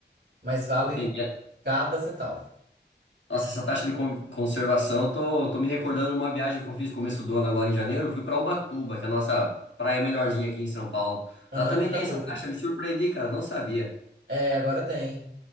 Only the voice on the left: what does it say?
entendi.
Nossa, essa taxa de con- conservação, eu tô, tô me recordando de uma viagem que eu fiz começo do ano agora em janeiro. Eu Fui pra Ubatuba, que é a nossa praia melhorzinha aqui em São Paulo.
Lá também
tem
essa
taxa, me surpreendi, cara, não sabia.